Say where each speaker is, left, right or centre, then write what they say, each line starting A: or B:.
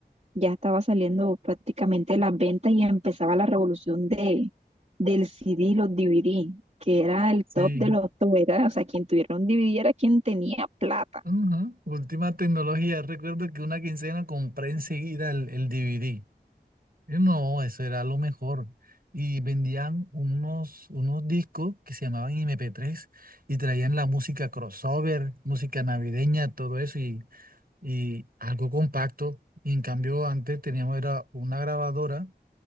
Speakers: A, on the right; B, on the right.
A: ya estaba saliendo prácticamente las ventas y empezaba la revolución de, del CD y los DVD, que era el
B: Sí.
A: top de los top, era, o sea, quien tuviera un DVD era quien tenía plata.
B: Ajá, Última tecnología. Recuerdo que una quincena compré enseguida el, el DVD. Eh, No, eso era lo mejor. Y vendían unos, unos discos que se llamaban MP3 y traían la música crossover, música navideña, todo eso y, y algo compacto. Y en cambio, antes teníamos era una grabadora